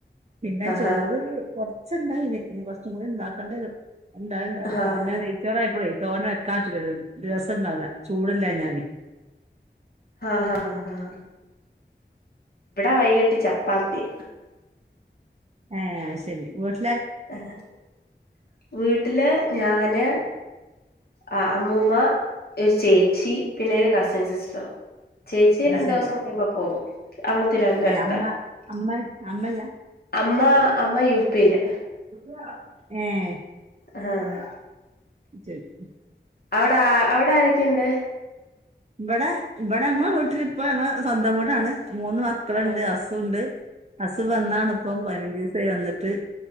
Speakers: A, on the right; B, on the left.
A: പിന്നെ
B: ആഹാ
A: ചോറ് കൊ ച്ച്ണ്ടായിന് ഇനി കൊറച്ചും കൂടിണ്ടാക്കണ്ടെ വരും എന്തായാലും ഒണ്ടാവൂല
B: ഹാ
A: അത് പിന്നെ
B: ഹാ
A: നെയ്ച്ചോറായി പോയെ തോനെ വെക്കാ <unintelligible> രസണ്ടാവൂല്ല ചൂടില്ലാഞ്ഞാലെ
B: ഹാ ഹാ ഹാ ഇവിടെ വൈയിട്ട് ചപ്പാത്തി
A: ഏ ശെരി <inaudible>
B: <unintelligible> വീട്ടില് ഞാന് ആ അമ്മൂമ്മ ഒരു ചേച്ചി പിന്നെ ഒരു കസിൻ സിസ്റ്ററും ചേച്ചി
A: അത്
B: രണ്ടുസം
A: ശരി
B: കഴിയുമ്പോ പോവും അവള് തിരുവന്തുരത്താ
A: ഏഹ് അമ്മ
B: <unintelligible>
A: അമ്മ അമ്മല്ല
B: അമ്മ അമ്മ യു പിയില്
A: ഏ
B: ആഹ് അവിടാ അവിടാരൊക്കെയുണ്ട്
A: ഇവിടെ ഇവിടെ അങ്ങെ വീട്ടില് ഇപ്പ സ്വന്തം വീടാണ് മൂന്ന് മക്കളുണ്ട്
B: ആഹ്
A: അസുണ്ട് അസു വന്നാണിപ്പം പൈനഞ്ചസായി വന്നിട്ട്